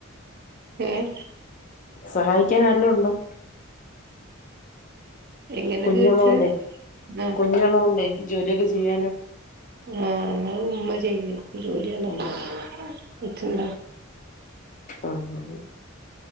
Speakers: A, on the right; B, on the left.
A: ഏഹ്
B: സഹായിക്കൻ ആരേലും ഉണ്ടോ
A: എങ്ങനെ
B: കുഞ്ഞുള്ളോണ്ടേ
A: ചോയിച്ച് ആ
B: കുഞ്ഞുള്ളോണ്ടേ ജോലിയൊക്കെ ചെയ്യാന്
A: ആഹ അത് ഉമ്മ ചെയ്യും ജോലിയണ്ട
B: ആഹ്
A: <unintelligible> കൊച്ചണ്ട
B: ആഹ